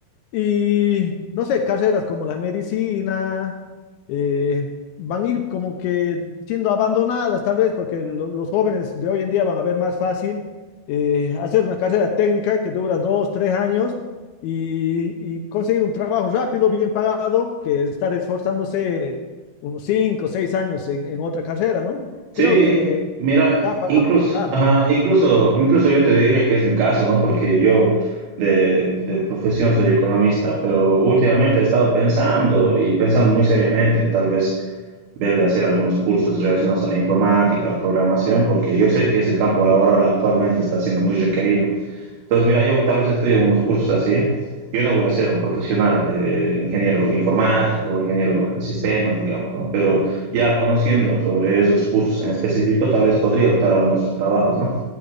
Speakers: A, on the left; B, on the right.
A: y no sé, carreras como la medicina eh, van a ir como que siendo abandonadas tal vez porque lo- los jóvenes de hoy en día van a ver más fácil eh, hacer una carrera técnica que dura dos, tres años y, y conseguir un trabajo rápido, bien pagado, que estar esforzándose unos cinco, seis años en, en otra carrera, ¿no?
B: Sí,
A: Creo que
B: mira,
A: da para
B: incluso,
A: hablar.
B: ajá, incluso, incluso yo te diría que es mi caso, ¿no? Porque yo de, de profesión soy economista, pero últimamente he estado pensando y pensando muy seriamente en tal vez ver de hacer algunos cursos relacionados a la informática, a la programación, porque yo sé que ese campo laboral actualmente está siendo muy requerido. Entonces, mira, yo tal vez estudio unos cursos así. Yo no voy a ser un profesional eh, ingeniero informático, ingeniero en sistemas, digamos, ¿no? Pero ya conociendo sobre esos cursos en específico, tal vez podría optar a uno de esos trabajos, ¿no?